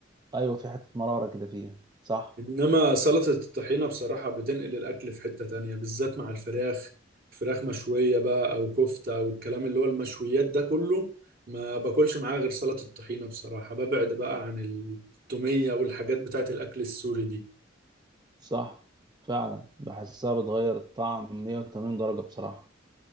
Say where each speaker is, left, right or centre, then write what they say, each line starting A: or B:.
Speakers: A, on the right; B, on the right.
A: ايوه في حتة مرارة كده فيها صح
B: انما سلطة الطحينة بصراحة بتنقل الاكل في حتة تانية بالذات مع الفراخ فراخ مشوية بقى او كفتة او الكلام اللي هو المشويات ده كله ما باكلش معاه غير سلطة الطحينة بصراحة ببعد بقى عن التومية والحاجات بتاعت الاكل السوري دي
A: صح فعلا بحسها بتغير الطعم 180 درجة بصراحة